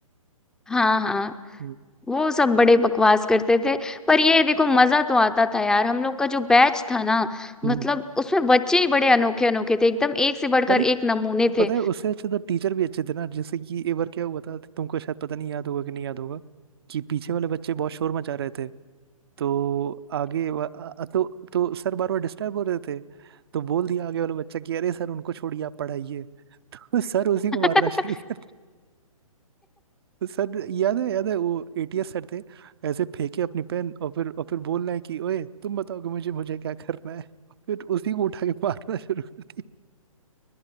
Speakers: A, in the centre; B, on the right (about 45°).
A: हाँ हाँ
B: हम्म,
A: वो सब बड़े बकवास करते थे पर ये देखो मजा तो आता था यार हम लोग का जो बैच था ना
B: हम्म।
A: मतलब उसमें बच्चे ही बड़े अनोखे अनोखे थे एकदम एक से बढ़कर
B: अरे
A: एक नमूने
B: पता
A: थे
B: है उससे अच्छे तो टीचर भी अच्छे थे ना जैसे कि एक बार क्या हुआ था तुमको शायद पता नहीं याद होगा कि नहीं याद होगा कि पीछे वाले बच्चे बहुत शोर मचा रहे थे तो आगे वा- आ- तो तो सर बार बार डिस्टर्ब हो रहे थे तो बोल दिया आगे वाला बच्चा कि अरे सर उनको छोड़िए आप पढ़ाइए <laughs> तो सर उसी को
A: <laughs>
B: मारना शुरू कर दिया। सर याद है याद है वो एटीएस सर थे ऐसे फेंके अपनी पेन और फिर और फिर बोलना है कि ओए तुम बताओ कि मुझे मुझे क्या करना है <laughs> और फिर उसी को उठा के मारना शुरू कर दिया